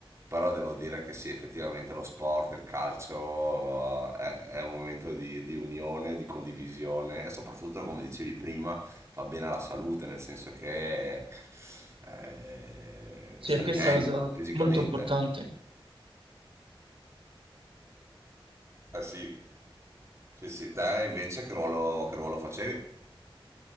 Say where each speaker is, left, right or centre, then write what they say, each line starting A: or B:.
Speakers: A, on the right; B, on the right.
A: Però devo dire che sì, effettivamente lo sport, il calcio eh, è, un momento di, di unione, di condivisione e soprattutto, come dicevi prima, fa bene alla salute, nel senso che eh,
B: sì,
A: stai
B: è questa
A: meglio
B: cosa
A: fisicamente.
B: molto importante.
A: Ah sì, sì, sì, te invece che ruolo, che ruolo facevi?